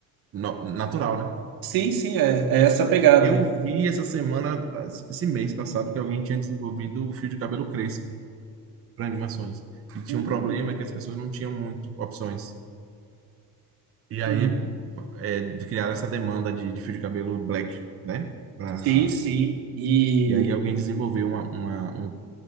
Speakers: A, on the right; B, on the right.
A: no- natural, né?
B: Sim, sim, é, é essa a pegada.
A: Eu vi essa semana, esse mês passado, que alguém tinha desenvolvido o fio de cabelo crespo para animações. E tinha
B: Hum.
A: um problema que as pessoas não tinham muito opções. E aí
B: Uhum.
A: é, criaram essa demanda de, de fio de cabelo black, né? Para
B: Sim, sim. E
A: E aí alguém desenvolveu uma, uma- um,